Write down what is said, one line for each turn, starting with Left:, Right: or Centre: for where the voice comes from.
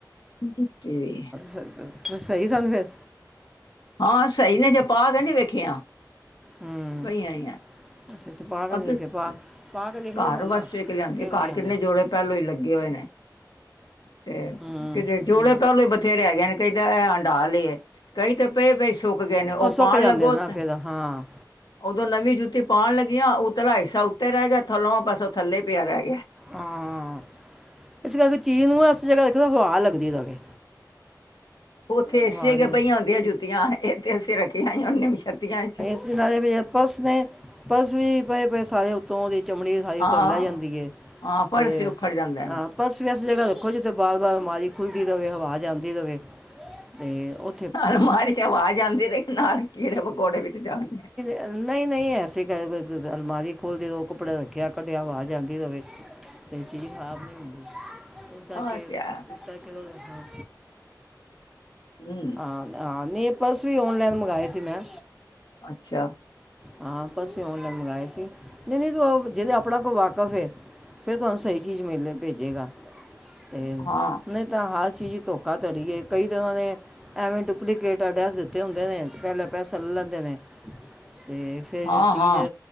Left: ਜੁੱਤੀ ਵੀ।
Centre: ਸਰ ਦਰਦ ਸਈ ਸਨ ਫੇਰ
Left: ਹਾਂ ਸਈ ਨੇ ਹਜੇ ਪਾਕੇ ਨੀ ਵੇਖਿਆ।
Centre: ਹੂੰ
Left: ਸਈ ਆਇਆ
Centre: ਅੱਛਾ ਅੱਛਾ ਪਾ ਕੇ
Left: ਬਾਕੀ,
Centre: ਨਹੀਂ ਵੇਖੇ ਪਾ ਪਾ ਕੇ ਵੇਖਣੇ
Left: ਕਾਰ
Centre: ਸਨ ਨਾ
Left: ਵਾਸਤੇ ਏਕ ਲਿਆਂਦੀ
Centre: ਕਿਹੋ ਜਿਹਾ
Left: ਕਾਰ
Centre: ਨੇ
Left: ਕਿੰਨੇ ਜੋੜੇ ਪੈਲੋਂ ਈ ਲੱਗੇ ਹੋਏ ਨੇ ਤੇ
Centre: ਹੂੰ
Left: ਕਿਤੇ ਜੋੜੇ
Centre: ਹੂੰ
Left: ਓਲੇ ਬਥੇਰੇ ਹੈਗੇ ਨੇ ਤੇ ਜਾਂ ਐ ਹਂਡਾ ਲਈਏ ਕਈ ਤੇ ਪਏ-ਪਏ ਸੁੱਕ ਗਏ ਨੇ ਓ
Centre: ਉਹ ਸੁੱਕ
Left: ਪਾਣ
Centre: ਜਾਂਦੇ
Left: ਲੱਗੋ
Centre: ਨਾ
Left: ਤੇ
Centre: ਫਿਰ ਹਾਂ।
Left: ਉਦੋਂ ਨਵੀਂ ਜੁੱਤੀ ਪਾਣ ਲੱਗੀਆਂ, ਉਤਲਾ ਹਿੱਸਾ ਉੱਤੇ ਰਹਿ ਗਿਆ ਥੱਲਡਾ ਪਾਸੋਂ ਥੱਲੇ ਪਿਆ ਰਹਿ ਗਿਆ
Centre: ਹਾਂ। ਇਸ ਕਰਕੇ ਚੀਜ਼ ਨੂੰ ਏਸ ਜ੍ਗਾ ਰਖੋ ਹਵਾ ਲੱਗਦੀ ਰਵੇ।
Left: ਉੱਥੇ, ਏ
Centre: ਹਵਾ
Left: ਸੀ
Centre: ਦੇ
Left: ਪਈਆਂ ਹੁਂਬਝਦੀਆਂ ਜੁੱਤੀਆਂ ਇਹਥੇ ਅਸੀਂ ਰੱਖੀਆਂ ਸੀ ਨਿਮਛਤੀਆਂ ਚ
Centre: ਜਿਹਨਾਂ ਨੇ ਵੀ ਪਰਸ ਨੇ ਪਰਸ ਵੀ ਪਏ, ਪਏ ਸਾਰੇ ਉੱਤੋਂ ਉਤੋਂ ਦੀ ਚਮੜੀ ਸਾਰੀ
Left: ਹਾਂ
Centre: ਉਤੋਂ ਲਹ ਜਾਂਦੀ ਏ।
Left: ਹਾਂ ਪਰਸ
Centre: ਤੇ
Left: ਉਖੜ ਜਾਂਦੇ ਨੇ
Centre: ਆਪ ਪਰਸ ਵੀ ਐਸੀ ਜਗ੍ਹਾ ਰੱਖੋ, ਜਿੱਥੇ ਬਾਰ ਬਾਰ ਅਲਮਾਰੀ ਖੁੱਲਦੀ ਰਹੇ ਹਵਾ ਜਾਂਦੀ ਰਹੇ। ਤੇ ਉ
Left: ਨਾਲ, ਅਲਮਾਰੀ ਚ ਹਵਾ ਜਾਦੀ ਰਹੇ ਨਾਲ ਕੀੜੇ-ਪਕੌੜੇ ਵਿੱਚ ਜਾਣਦੇ ਆ।
Centre: ਨਹੀਂ-ਨਹੀਂ ਐਸੇ <unintelligible> ਗ ਅਲਮਾਰੀ ਖੋਲਦੇ ਰਹੋ ਕੱਪੜਾ ਰੱਖਿਆ, ਕੱਢਿਆ ਆਵਾਜ਼ ਆਉਂਦੀ ਰਹੇ। ਤੇ ਚੀਜ਼ ਖਰਾਬ ਨਹੀ ਹੁੰਦੀ। ਇਸ ਕਰਕੇ,
Left: ਆਹ ਤੇ ਹੈ
Centre: ਇਸ ਕਰਕੇ ਹਾਂ-ਹਾਂ।
Left: ਹੂੰ।
Centre: ਹਾਂ-ਹਾਂ, ਨਹੀਂ ਪਰਸ ਵੀ ਔਨਲਾਈਨ ਮੰਗਿਏ ਸੀ ਮੈਂ।
Left: ਅੱਛਾ।
Centre: ਹਾਂ ਪਰਸ ਵੀ ਓਨਲਾਈਨ ਮੰਗਾਏ ਸੀ ਨਹੀਂ ਜਿਹਦੇ ਆਪਣਾ ਕੋਲ ਵਾਕਫ ਐ। ਫਿਰ ਤੁਹਾਨੂੰ ਸਹੀ ਚੀਜ਼ ਮਿਲ ਭੇਜੇਗਾ ਤੇ
Left: ਹਾਂ
Centre: ਨਹੀਂ ਤਾਂ ਹਰ ਚੀਜ਼ ਧੋਖਧੜੀ ਏ, ਕਈ ਤਰਨਾਂ ਨੇ ਐਵੇਂ ਡੁਪਲੀਕੇਟ ਐਡਰੈਸ ਦਿੱਤੇ ਹੁੰਦੇ ਨੇ। ਪਹਿਲਾਂ ਪੈਸਾ ਲ ਲੈਂਦੇ ਨੇ। ਤੇ ਫਿਰ
Left: ਹਾਂ
Centre: ਚੀਜ਼
Left: ਹਾਂ